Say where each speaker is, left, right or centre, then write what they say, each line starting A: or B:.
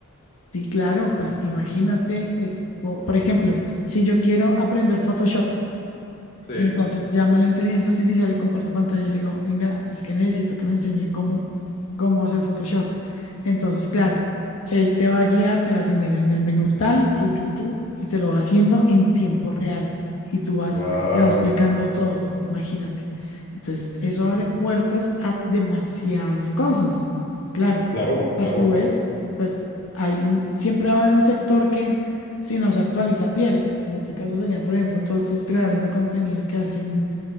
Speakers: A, on the left; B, on the left.
A: Sí, claro, pues imagínate, es, po- por ejemplo, si yo quiero aprender Photoshop,
B: Sí.
A: Entonces llamo a la inteligencia artificial, le comparto pantalla y le digo, venga, es que necesito que me enseñe cómo, cómo hacer Photoshop. Entonces, claro, él te va a guiar, te va a decir, mira, en el menú tal, tú, tú, tú, y te lo va haciendo en tiempo real. Y tú vas,
B: Wow.
A: te va explicando todo, imagínate. Entonces, eso abre puertas a demasiadas cosas. Claro,
B: Claro, claro.
A: a su vez, pues hay un, siempre va a haber un sector que si no se actualiza, pierde. En este caso serían, por ejemplo, todos estos creadores de contenido que hacen